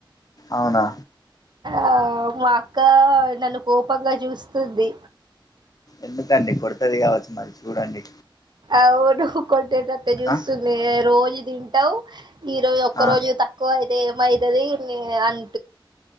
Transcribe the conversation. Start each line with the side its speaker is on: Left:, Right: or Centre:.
Left: అవునా
Right: ఆ మా అక్క నన్ను కోపంగా చూస్తుంది.
Left: ఎందుకండి కొడతది కావచ్చు మరి చూడండి
Right: అవును కొట్టేటట్టే చూస్తుంది
Left: ఆ
Right: రోజు తింటవు ఈ రోజు ఒక్క
Left: ఆ
Right: రోజు తక్కువ అయితే ఏమైతది నే అం